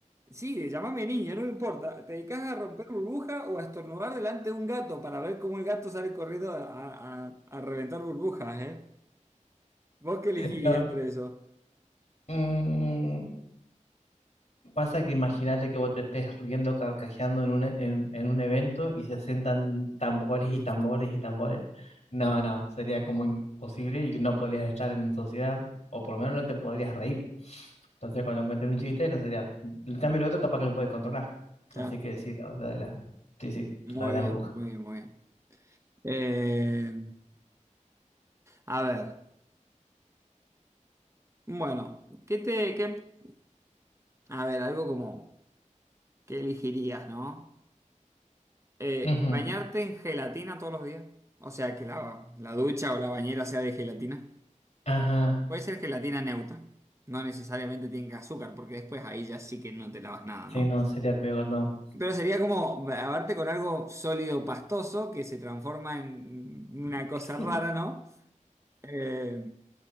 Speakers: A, on the right; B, on the left.
A: Sí, llámame niña, no me importa. ¿Te dedicas a romper burbuja o a estornudar delante de un gato para ver cómo el gato sale corriendo a, a- a- a reventar burbujas, eh? ¿Vos qué elegís
B: No.
A: entre eso?
B: mm, Pasa que imagínate que vos te estés riendo, carcajeando en un, e- en, en un evento y se sientan tambores y
A: No,
B: tambores y tambores. No, no, sería como imposible y no podrías estar en sociedad, o por lo menos no te podrías reír. Entonces, cuando encuentren un chiste, no sería. En cambio, el otro capaz que lo puede controlar. Así
A: Ya,
B: que sí, la lo de la. Sí, sí,
A: muy
B: lo de la
A: bien,
B: bruja.
A: muy bien, muy bien. Eh, a ver, bueno, ¿qué te, qué, a ver, algo como, ¿qué elegirías, no? Eh,
B: <clears throat> Ujú.
A: ¿bañarte en gelatina todos los días? O sea, que la, la ducha o la bañera sea de gelatina.
B: Ajá.
A: Puede ser gelatina neutra. No necesariamente tenga azúcar, porque después ahí ya sí que no te lavas nada, ¿no?
B: Sí, no, sería peor, no.
A: Pero sería como lavarte con algo sólido, pastoso, que se transforma en una
B: <laughs>
A: cosa rara, ¿no? Eh,